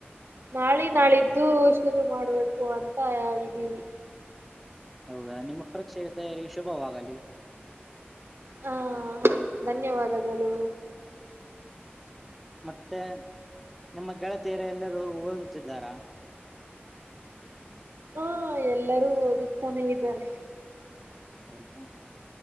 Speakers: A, on the right (about 70°); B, in the centre.
A: ನಾಳೆ ನಾಳಿದ್ದು
B: ಹೌದಾ
A: ಶ ಇ ಮಾಡ್ಬೇಕು ಅಂತ ಹೇಳಿದೀವಿ
B: ಹೌದಾ ನಿಮ್ಮ ಪರೀಕ್ಷೆಗೆ ತಯಾರಿಗೆ ಶುಭವಾಗಲಿ
A: ಹ ಧನ್ಯವಾದಗಳು
B: ಮತ್ತೆ ನಮ್ಮ ಗೆಳತಿಯರ ಎಲ್ಲರೂ ಹೋಗುತ್ತಿದ್ದಾರಾ
A: ಹಾ ಎಲ್ಲರೂ ಓದಕ್ತಾನೆ ಇದ್ದಾರೆ
B: ಹಲ್ಕ